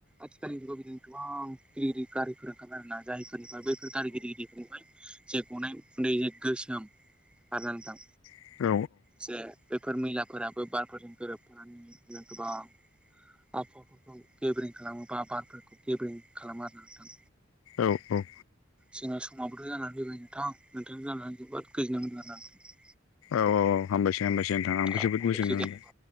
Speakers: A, in the centre; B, on the left.
A: आथििखालनि जुगाव बिदिनो गोबां गिदिर गिदिर गारिफोर ओंखारबाय आरो ना जायफोरनिफ्राय बैफोर गायगिरिगिरिफोरनिफ्राय जे गनाय गुन्दै जे गोसोम आरो नोंथां
B: औ औ
A: जे बेफोर मैलाफोराबो बारफोरजों गोरोबफानानै बिदिनो गोबां आबहावाफोरखौ गेदेरं खालामोबा बारफोरखौ गेदेरं खालामा नोंथां
B: औ औ
A: जोंना समाबोथ' जानानै फैबाय नोंथां नोंथांनि जानानै जोबोद गोजोननाय मोनथारदों
B: औ औ औ हामबायसै हामबायसै नोंथां आंबो
A: औ
B: जोबोद
A: हामबायसै
B: मोजोननाय
A: दे
B: मोनदों